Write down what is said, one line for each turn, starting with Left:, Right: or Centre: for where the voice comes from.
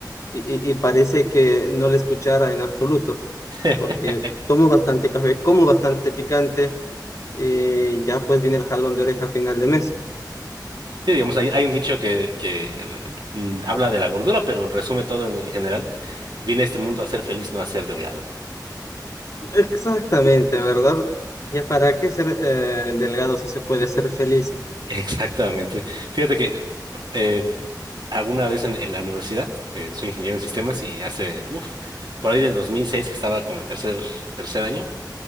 Left: y, y- y parece que no le escuchara en absoluto,
Right: <laughs>
Left: porque tomo bastante café, como bastante picante, y ya pues viene el jalón de oreja a final de mes.
Right: Sí, digamos, hay, hay un dicho que, que mm, habla de la gordura, pero resume todo en, en general. Vine a este mundo a ser feliz, no a ser delgado.
Left: Exactamente, ¿verdad? Ya para qué ser eh, delgado si se puede ser feliz.
Right: <laughs> Exactamente. Fíjate que eh, alguna vez en, en la universidad, eh, soy ingeniero en sistemas y hace, uff, por ahí del 2006, que estaba como en tercer, tercer año,